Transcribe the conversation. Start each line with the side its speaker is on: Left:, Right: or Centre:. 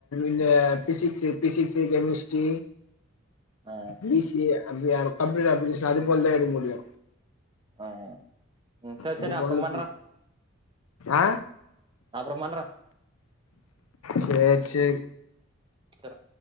Left: இந்த பிசிக்ஸ் பிசிக்ஸ்சு கெமிஸ்ட்ரி
Right: ஆ
Left: பி சி ஏ அப்டியே கம்ப்யூட்டர் அப்ளிகேஷன் அது போல தா எடுக்க முடியு
Right: ஆ ம் செரி
Left: அது
Right: செரி
Left: போல
Right: அப்பற பண்றே
Left: ஆ
Right: அப்றோ பண்றே
Left: சேரி சேரி
Right: செர்ரா